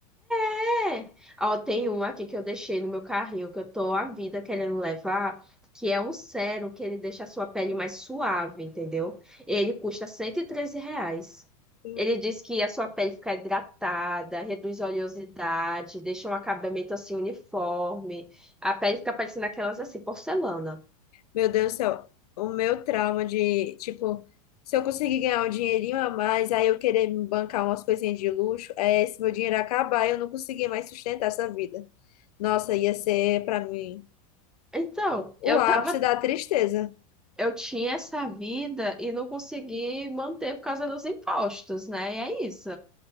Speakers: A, in the centre; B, on the left.
A: É. Ó, tem um aqui que eu deixei no meu carrinho, que eu tô a vida querendo levar, que é um sérum que ele deixa a sua pele mais suave, entendeu? Ele custa 113 reais.
B: Meu
A: Ele diz que a sua pele fica hidratada, reduz a oleosidade, deixa um acabamento assim uniforme. A pele fica parecendo aquelas assim, porcelana.
B: meu Deus do céu. O meu trauma de, tipo, se eu conseguir ganhar um dinheirinho a mais, aí eu querer me bancar umas coisinhas de luxo, é esse meu dinheiro acabar e eu não conseguir mais sustentar essa vida. Nossa, ia ser pra mim
A: Então,
B: o
A: eu
B: ápice
A: tava
B: da tristeza.
A: eu tinha essa vida e não consegui manter por causa dos impostos, né? E é isso.